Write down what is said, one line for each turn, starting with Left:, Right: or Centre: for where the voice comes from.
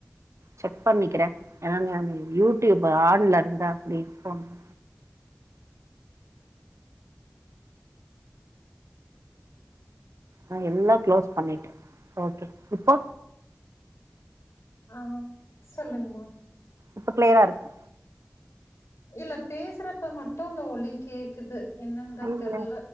Right: செக் பண்ணிக்கிறே ஏனா நானு யூடியூப் ஆன்ல இருந்தா அப்படி ஃபோன் <unintelligible> ஆஹ எல்லா க்ளோஸ் பண்ணிட்டே ஓகே இப்போ
Left: ஆஹ் சொல்லுங்கமா
Right: இப்ப கிளியரா இருக்கா
Left: இல்ல பேசுறப்ப மட்டு இந்த ஒலி கேக்குது என்னந்த
Right: ஐய்ய
Left: தெர்ல